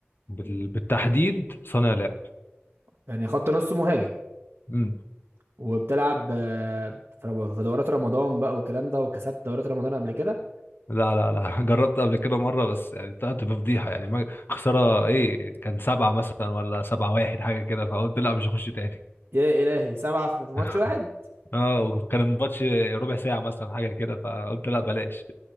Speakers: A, on the left; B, on the right.
A: بال- بالتحديد صانع لعب
B: يعني خط نص مهاجم
A: امم
B: وبتلعب آه، في رم- في دورات رمضان بقى والكلام ده وكسبت دورات رمضان قبل كده
A: لا لا لا <laughs> جربت قبل كده مرة بس يعني طلعت بفضيحة يعني ما خسارة ايه كان سبعة مثلا ولا سبعة واحد حاجة كده فقلت لا مش هخش تاني
B: يا الهي سبعه في في ماتش
A: <laughs>
B: واحد
A: اه وكان الماتش ربع ساعة مثلا حاجة كده فقلت لا بلاش